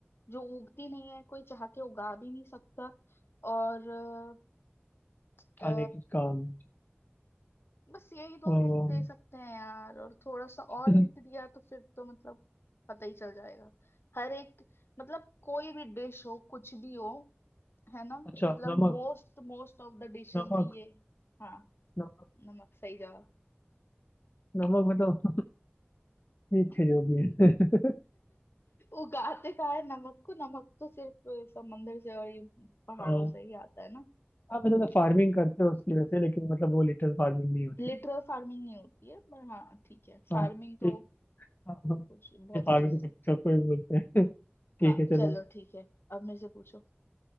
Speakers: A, on the left; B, on the left.
A: जो उगती नहीं है कोई चाह के उगा भी नहीं सकता और अ, अ,
B: खाने की काम
A: बस यही दो
B: अम,
A: हिंट दे सकते हैं यार और थोड़ा सा और
B: <laughs>
A: हिंट दिया तो फिर तो मतलब पता ही चल जाएगा हर एक मतलब कोई भी डिश हो कुछ भी हो है ना मतलब
B: अच्छा नमक
A: most most of the dishes
B: नमक
A: में ये हाँ
B: नमक
A: नमक सही जवाब
B: नमक मतलब <laughs> ठीक है जो भी है <laughs>
A: उगाते कहाँ है नमक को नमक तो सिर्फ समंदर से और ये पहाड़ों
B: हाँ
A: से ही आता है ना
B: हाँ मतलब फार्मिंग करते हो उसकी वजह से लेकिन मतलब वो लिटिल फार्मिंग नहीं होती
A: लिटरल फार्मिंग नहीं होती है पर हाँ ठीक है फार्मिंग
B: हाँ
A: तो
B: ठीक हाँ
A: कुछ
B: हाँ
A: बहुत
B: ये फार्मिंग
A: सी चीजों
B: तो सब
A: को
B: सबको ही बोलते हैं <laughs> ठीक
A: हाँ
B: है चलो
A: चलो ठीक है अब मेरे से पूछो